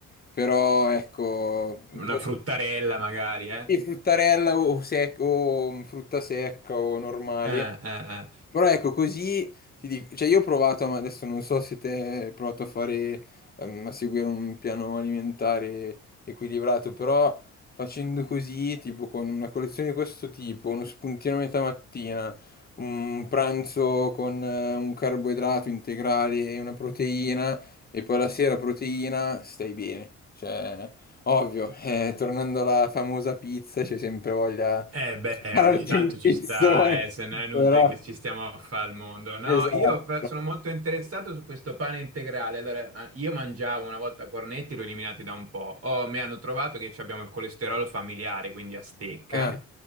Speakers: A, on the left (about 30°); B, on the right (about 55°).
A: però ecco,
B: Una
A: poi
B: fruttarella magari, eh?
A: sì, fruttarella o, sec- o frutta secca o normali.
B: Eh, eh, eh.
A: Però ecco, così ti dico, cioè io ho provato, ma adesso non so se te hai provato a fare, ehm, a seguire un piano alimentare equilibrato, però facendo così, tipo con una colazione di questo tipo, uno spuntino a metà mattina, un pranzo con eh, un carboidrato integrale e una proteina, e poi la sera proteina, stai bene. Cioè, Ovvio, eh, tornando alla famosa pizza, c'è sempre voglia
B: Eh beh,
A: di pararti
B: ogni tanto
A: un
B: ci
A: pizzone,
B: sta, eh, se no
A: <laughs>
B: è inutile
A: però...
B: che ci stiamo a fare al mondo. No,
A: Esatto.
B: io fa- sono molto interessato su questo pane integrale. Allora, ah, io mangiavo una volta cornetti, l'ho eliminati da un po'. Oh, mi hanno trovato che ci abbiamo il colesterolo familiare, quindi a stecca.
A: Ah,